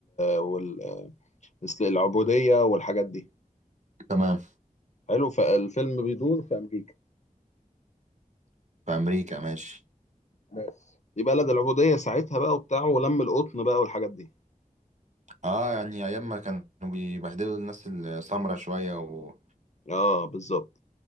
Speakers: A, on the left; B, on the right.
A: وال مثل العبودية والحاجات دي
B: تمام
A: حلو فالفيلم بيدور في أمريكا
B: في امريكا ماشي
A: بس دي بلد العبودية ساعتها بقى وبتاع ولم القطن بقى والحاجات دي
B: اه يعني ايام ما كانوا بيبهدلوا الناس السمرة شويه وفي
A: اه بالظبط